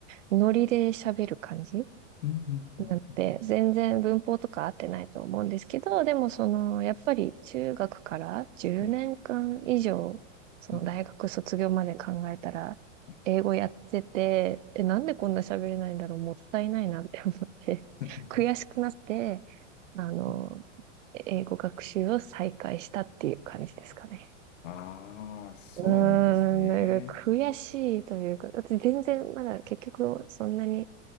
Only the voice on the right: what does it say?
ノリで喋る感じ
なので、
全然文法とか合ってないと思うんですけど、でもその、やっぱり中学から10年間以上、
その大学卒業まで考えたら、
英語やってて、え、なんでこんな喋れないんだろう、もったいないなって思って、
<laughs> 悔しくなって、あの、
英語学習を再開したっていう感じですかね。
うーん、なんか悔しいというか、だって全然まだ結局そんなに